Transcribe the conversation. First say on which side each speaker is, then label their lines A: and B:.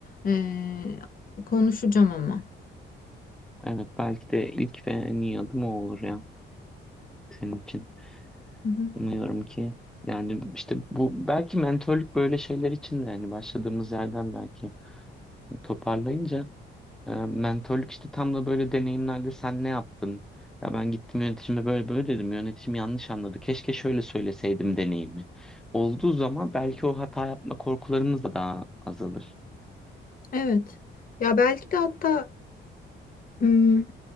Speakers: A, on the left; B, in the centre.
A: Ee, konuşacağım ama.
B: Evet belki de ilk ve en iyi adım o olur ya senin için.
A: Evet.
B: Umuyorum ki yani işte bu belki mentörlük böyle şeyler için de hani başladığımız yerden belki toparlayınca E, mentörlük işte tam da böyle deneyimlerde sen ne yaptın? Ya ben gittim yöneticime böyle böyle dedim. Yöneticim yanlış anladı. Keşke şöyle söyleseydim deneyimi. Olduğu zaman belki o hata yapma korkularımız da daha azalır.
A: Evet. Ya belki de hatta hmm,